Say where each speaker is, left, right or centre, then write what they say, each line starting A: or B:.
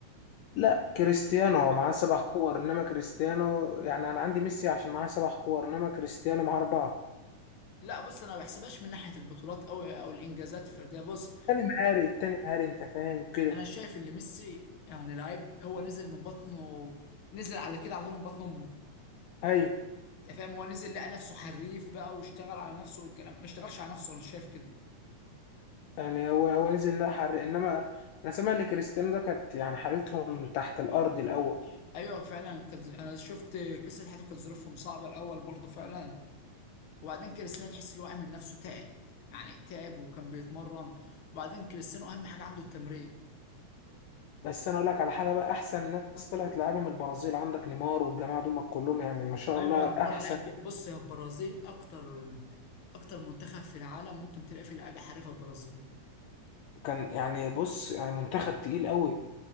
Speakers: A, on the left (about 75°); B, on the left (about 50°).
A: لا كريستيانو هو معاه سبع كور انما كريستيانو يعني انا عندي ميسي عشان معاه سبع كور انما كريستيانو معاه اربعه
B: لا بص انا ما بحسبهاش من ناحيه البطولات او او الانجازات الفرديه بص
A: التاني مهاري التاني مهاري انت فاهم كده
B: انا شايف ان ميسي يعني لعيب هو نزل من بطنه نزل على كده على طول من بطن امه
A: ايوه
B: انت فاهم هو نزل لقى نفسه حريف بقى واشتغل على نفسه والكلام ما اشتغلش على نفسه انا شايف كده
A: يعني هو هو نزل لا حرق انما انا سامع ان كريستيانو ده كانت يعني حالتهم تحت الارض الاول
B: ايوه فعلا كانت انا شفت قصه حياته كانت ظروفهم صعبه الاول برضه فعلا وبعدين كريستيانو تحس اللي هو عامل نفسه تعب يعني تعب وكان بيتمرن وبعدين كريستيانو اهم حاجه عنده التمرين
A: بس انا اقول لك على حاجه بقى احسن ناس طلعت لعيبه من البرازيل عندك نيمار والجماعه دول كلهم يعني ما شاء
B: ايوه
A: الله
B: نيمار
A: احسن
B: لعيب ج- بص يا البرازيل اكتر اكتر منتخب في العالم ممكن تلاقي فيه لعيبه حريفه البرازيل
A: كان يعني بص يعني منتخب تقيل قوي